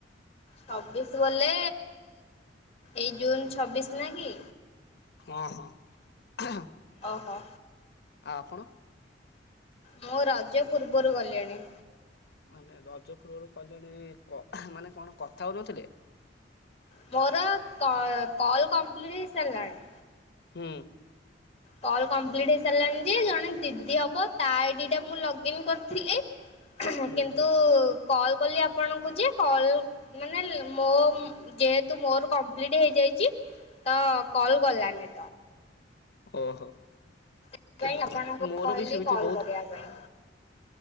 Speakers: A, on the left; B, on the left.
A: ଛବିଶ ବଲେ ଏଇ ଜୁନ ଛବିଶ ନା କି?
B: ହଁ, ହଁ।
A: ଓହୋ।
B: ଆ, ଆପଣ?
A: ମୁଁ ରଜ ପୂର୍ବରୁ ଗଲିଣି।
B: ମାନେ ରଜପୂର୍ବରୁ କଲେଣି କ-ମାନେ କଣ କଥା ହଉନଥିଲେ?
A: ମୋର କ-କଲ୍ କମ୍ପ୍ଲିଟ୍ ହେଇସାରିଲାଣି।
B: ହୁଁ।
A: କଲ୍ କମ୍ପ୍ଲିଟ୍ ହେଇସାରିଲାଣି ଯେ ଜଣେ ଦିଦି ହବ ତା ଆଇଡି ଟା ମୁଁ ଲଗ୍ଇନ କରିଥିଲି।
B: <unintelligible>
A: କିନ୍ତୁ
B: ହୁଁ
A: କଲ୍ କଲି ଆପଣଙ୍କୁ ଯେ କଲ୍ ମାନେ ମୋ ଯେହେତୁ ମୋର କମ୍ପ୍ଲିଟ୍ ହେଇଯାଇଚି। ତ କଲ୍ ଗଲାନି।
B: ଓହୋ,
A: ସେଥିପାଇଁ
B: କିନ୍ତୁ
A: ଆପଣଙ୍କୁ
B: ମୋର
A: କହିଲି
B: ବି ସେମିତି
A: କଲ୍
B: ବହୁତ
A: କରିବା ପାଇଁ